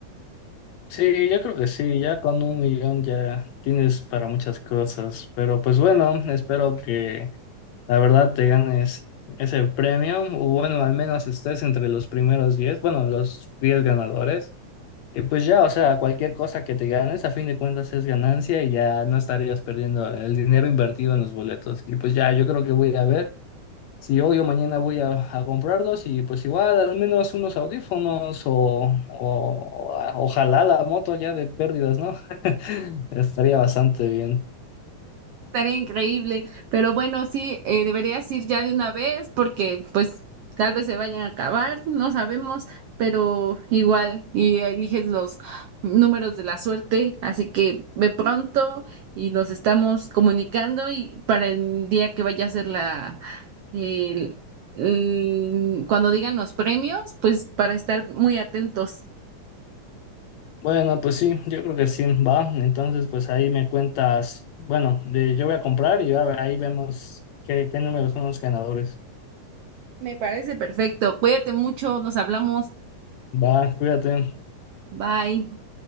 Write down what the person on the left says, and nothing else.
Sí, yo creo que sí, ya con un millón ya tienes para muchas cosas, pero pues bueno, espero que la verdad te ganes ese premio, o bueno, al menos estés entre los primeros diez bueno, los 10 ganadores, y pues ya, o sea, cualquier cosa que te ganes, a fin de cuentas es ganancia y ya no estarías perdiendo el dinero invertido en los boletos, y pues ya, yo creo que voy a ir a ver. Si hoy o mañana voy a, a comprarlos y pues igual al menos unos audífonos o, o- o- ojalá la moto ya de pérdidas, ¿no? <laughs> Estaría bastante bien.
Bueno, pues sí, yo creo que sí, va. Entonces, pues ahí me cuentas, bueno, de- yo voy a comprar y a- ahí vemos qué, qué números son los ganadores.
Va, cuídate.